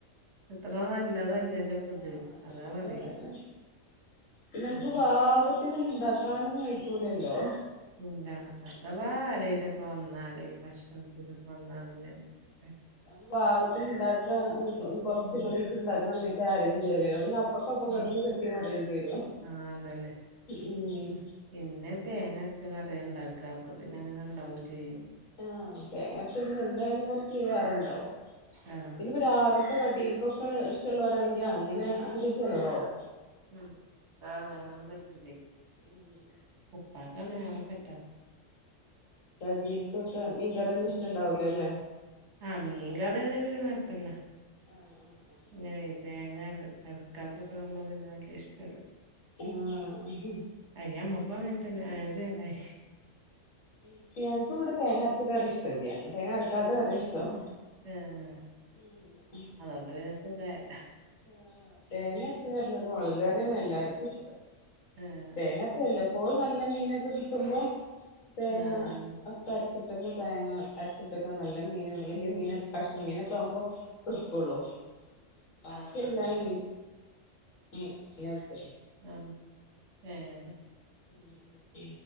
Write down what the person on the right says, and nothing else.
അത്ര നല്ലതല്ലല്ലോ. ഇത്
അതാ
പറയ്
ഉം
ഇല്ല അഥവാ
ആരേലൊ ക്കെ വന്നാലേ ഭക്ഷണത്തിനൊക്കെ വന്നാ പിന്നെ. ഒക്കെ
ഉം
ഉം
ആഹ് അതന്നെ
പിന്നെ തേങ്ങ അര്ച്ച കറിയാ ഇണ്ടാക്കാ അപ്പൊ പിന്നെ അങ്ങനെ ഇണ്ടാവും ചെയ്യും.
ആഹ്
ഉം. അതാ അങ്ങനൊന്നും പറ്റൂലേ.
ഉപ്പാക്കാണ് ഏറെ പറ്റാ
ആഹ് മീൻ കറിയാണെ പിന്നെ കൊഴപ്പെല്ല.
ഇങ്ങനെ തേങ്ങ അര് അരക്കാത്തൊക്കാവുമ്പോ പിന്നെ വല്യ ഇഷ്ടല്ല.
അത് ഞമ്മക്കും അങ്ങൻ തന്നെ. അങ്ങനെ ചേലായി.
ഏഹ്.
അതോണ്ട് പിന്നെ സുഖായല്ലൊ.
ആഹ്
ആഹ്
ആഹ്
ആഹ്
അം ഏഹ്